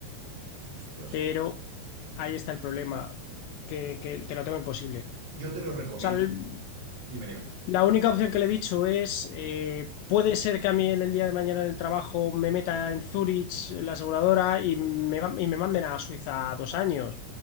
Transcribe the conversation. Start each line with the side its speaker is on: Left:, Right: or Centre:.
Right: Ostras.
Left: Pero ahí está el problema, que, que, que lo tengo imposible.
Right: Yo te lo recomiendo.
Left: O sea, el-
Right: Dime, dime.
Left: la única opción que le he dicho es, eh, puede ser que a mí en el día de mañana en el trabajo me meta en Zurich, en la aseguradora, y me, va- y me manden a Suiza dos años,